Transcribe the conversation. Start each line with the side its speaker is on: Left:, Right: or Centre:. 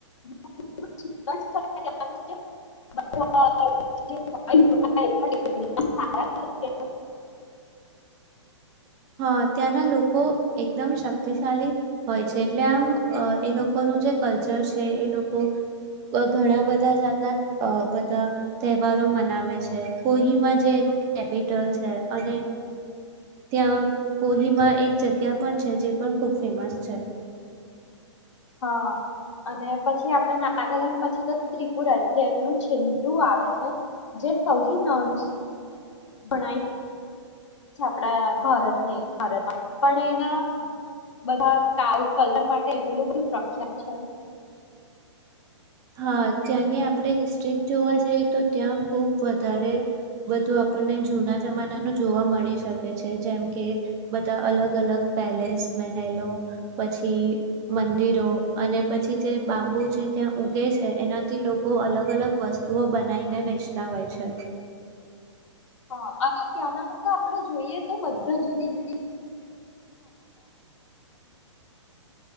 Left: <unintelligible> <unintelligible>
Right: હા ત્યાંના લોકો એકદમ શક્તિશાળલી હોય છે, એટલે આમ એ લોકોનું જે કલ્ચર છે, એ લોકો ઘણા બધા જાતના બધા અ ત તહેવારો મનાવે છે. કોહીમાં જે એનું કેપિટલ છે અને ત્યાં કોલીમાં એક જગ્યા પણ છે જે પણ ખૂબ ફેમસ છે.
Left: હા અને પછી આપણે નાગાલેન્ડ પછી તો ત્રિપુરા જે એમનું છેલ્લું આવે છે જે સૌથી નાનું ગણાય. જે આપડા ભારતની ભારતમાં પણ એના બધા કાલ કલર માટે એટલું બધું પ્રખ્યાત છે
Right: હા ત્યાંની આપણે હિસ્ટ્રી જોવા જઈએ તો ત્યાં ખુબ વધારે બધું આપણને જૂના જમાનાનું જોવા મળી શકે છે જેમ કે બધા અલગ અલગ પેલેસ મહેલો પછી મંદિરો અને પછી જે બાંબુ છે ત્યાં. ઉગે છે એનાથી લોકો અલગ અલગ વસ્તુઓ બનાવીને વેચતા હોય છે.
Left: હા અને ત્યાંના લોકો આપડણે જોઈએ તો બધા. જ જુદી જુદી.